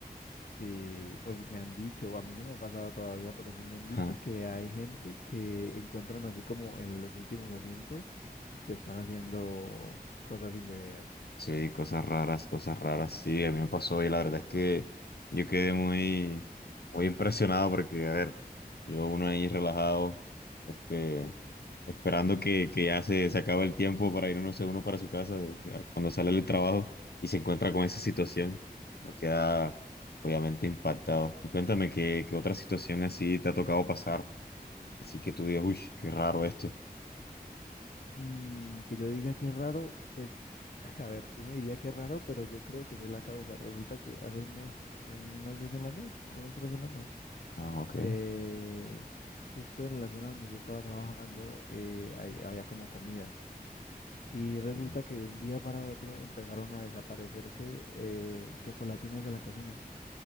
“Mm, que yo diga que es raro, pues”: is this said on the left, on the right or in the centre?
Left